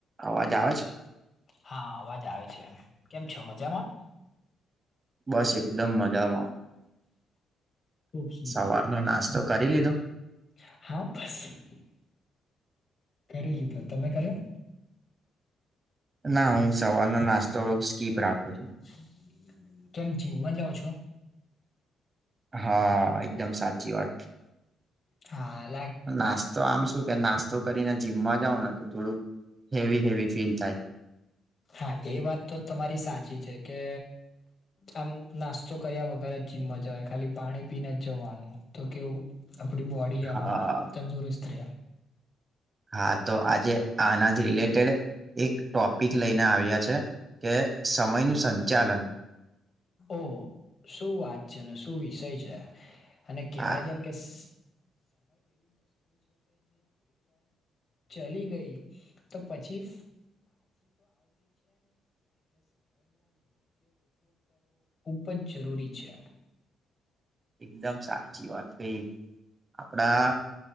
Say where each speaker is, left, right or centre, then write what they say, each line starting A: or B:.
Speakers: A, on the right; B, on the left.
A: અવાજ આવે છે
B: હા અવાજ આવે છે કેમ છો મજામાં
A: બસ એકદમ મજામાં
B: ખુબ સુંદર
A: સવાર નો નાસ્તો કરી લીધો
B: <inaudible> કરી લીધા તમે કર્યા
A: ના હું સવારનો નાસ્તો સ્કીપ રાખું છું
B: <inaudible>
A: હા એકદમ સાચી વાત
B: હા આલ
A: નાસ્તો આમ શું કે નાસ્તો કરીને જીમમાં જાાવ ને તો થોડુંક હેવી હેવી ફીલ થાય
B: હા એ વાત તો તમારી સાચી છે કે આમ નાસ્તો કર્યા વગર જ જિમમાં જવાય ખાલી પાણી પીને જ જવાનું તો કેવું આપણી બોડી
A: હા
B: આમ તંદુરસ્ત રહે
A: હા તો આજે આનાજ રિલેટેડ એક ટોપિક લઈને આવ્યા છે કે સમય નું સંચાલન
B: ઓહ શું વાત છે અને શું વિષય છે અને કહેવાય
A: આ
B: છેને કે સ ચલી ગઈ તો પછી ફ <inaudible>
A: એકદમ સાચી વાત કહી આપડા